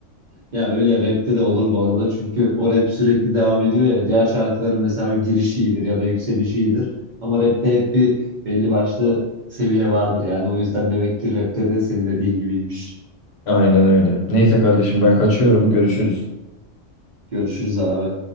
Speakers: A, on the right; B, on the left.
A: Ya öyle rapte de olur bu arada çünkü o rap sürekli devam ediyor ya. Diğer şarkıların mesela o girişi iyidir ya da yükselişi iyidir. Ama rapte hep bir belli başlı seviye vardır yani. O yüzden demek ki rapte de senin dediğin gibiymiş.
B: Aynen öyle. Neyse kardeşim ben kaçıyorum. Görüşürüz.
A: Görüşürüz abi.